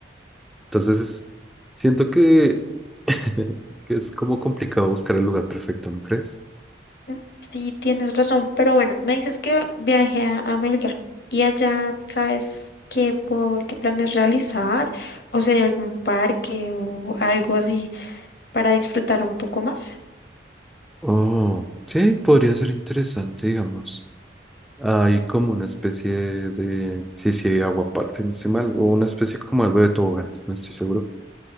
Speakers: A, in the centre; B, on the left (about 55°).
A: Entonces es- siento que, <laughs> que es como complicado buscar el lugar perfecto, ¿no crees?
B: Mm, Sí, tienes razón, pero bueno, me dices que viaje a, a Melgar y allá sabes qué puedo, qué planes realizar, o sea, algún parque o algo así para disfrutar un poco más.
A: Oh, sí, podría ser interesante, digamos. Hay como una especie de, sí, sí, hay agua aguaparte, no estoy mal, o una especie como algo de toboganes, no estoy seguro.